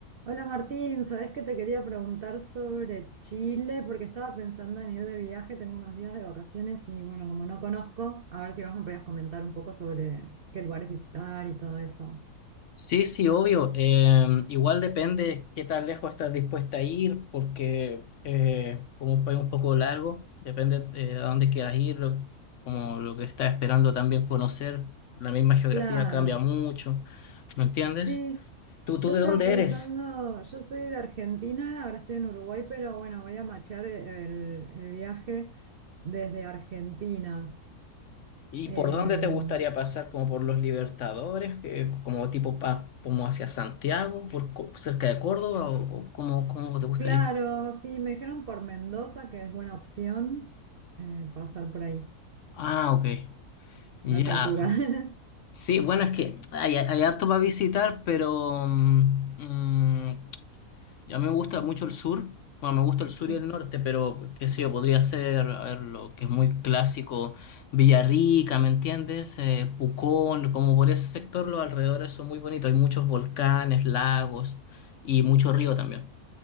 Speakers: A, on the right; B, on the left.
A: Hola Martín, sabes que te quería preguntar sobre Chile? Porque estaba pensando en ir de viaje, tengo unos días de vacaciones y bueno, como no conozco, a ver si vos me podías comentar un poco sobre qué lugares visitar y todo eso.
B: Sí, sí, obvio. Em, igual depende qué tan lejos estás dispuesta a ir, porque eh, como un país un poco largo, depende de a dónde quieras ir, lo- como lo que estás esperando también conocer. La misma geografía
A: Claro,
B: cambia mucho, ¿me entiendes?
A: sí.
B: ¿Tú, tú
A: Yo
B: de
A: estaba
B: dónde
A: pensando,
B: eres?
A: yo soy de Argentina, ahora estoy en Uruguay, pero bueno, voy a machear el, el viaje desde Argentina.
B: ¿Y
A: Em,
B: por dónde te gustaría pasar? ¿Como por los Libertadores? que- ¿Como tipo pa- como hacia Santiago, por, co- cerca de Córdoba? ¿O, o cómo, cómo te gustaría?
A: claro, sí, me dijeron por Mendoza que es buena opción eh, pasar por ahí.
B: Ah, ok. Ya.
A: a esa altura. <laughs>
B: Sí, bueno, es que hay, hay harto para visitar, pero mm, mm, a mí me gusta mucho el sur. Bueno, me gusta el sur
A: Sí.
B: y el norte, pero qué sé yo, podría ser, a ver, lo que es muy clásico, Villarrica, ¿me entiendes? Eh, Pucón, como por ese sector, los alrededores son muy bonitos. Hay muchos volcanes, lagos y mucho río también.